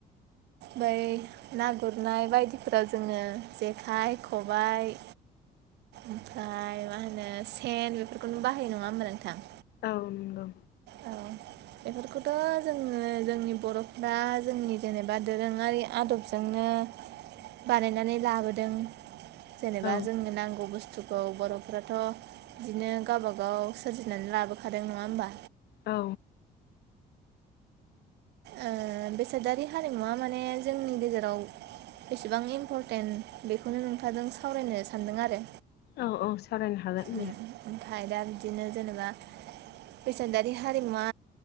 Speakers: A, on the right (about 80°); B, on the left (about 75°).
A: बै ना गुरनाय बायदिफोराव जोङो जेखाइ, खबाइ ओमफ्राय मा होनो सेन बेफोरखौनो बाहायो नङा होमबा नोंथां?
B: औ नंगौ।
A: औ। बेफोरखौथ' जोङो जोंनि बर'फ्रा जोंनि जेनेबा दोरोङारि आदबजों जोंनो बानायना लाबोदों जेन'बा
B: औ
A: जोंनि नांगौओ बुस्थुखौ बर'फ्राथ' बिदिनो गावबागाव सोरजिनानै लाबोखादों नङा होमबा?
B: औ।
A: ओ बेसादारि हारिमुवा माने जोंनि गेजेराव बेसेबां इम्परटेन्ट बेखौनो नोंथांजों सावरायनो सानदों आरो।
B: औ औ सावरायनो हागोन
A: उम
B: दे।
A: ओमफ्राय दा बिदिनो जेनेबा फैसादारि हारिमुवा